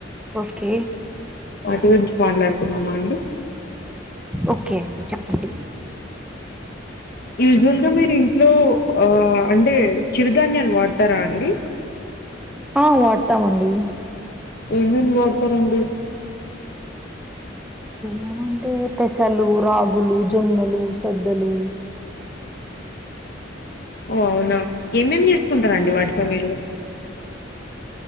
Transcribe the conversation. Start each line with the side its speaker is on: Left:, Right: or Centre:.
Centre: ఓకే
Left: వాటి గురించి మాట్లాడుకుందమా అండి
Centre: ఓకే అండి చెప్పండి.
Left: యూజువల్ గా మీరు ఇంట్లో ఆ అంటే చిరుధాన్యాలు వాడతారా అండి.
Centre: ఆ వాడతామండి.
Left: ఏమేమి వాడతారండి
Centre: ఏమేమ్ అంటే పెసలు రాగులు జొన్నలు సద్దలు
Left: ఓ అవునా ఎమేమ్ చేస్త కుంటారండి వాటితో మీరు.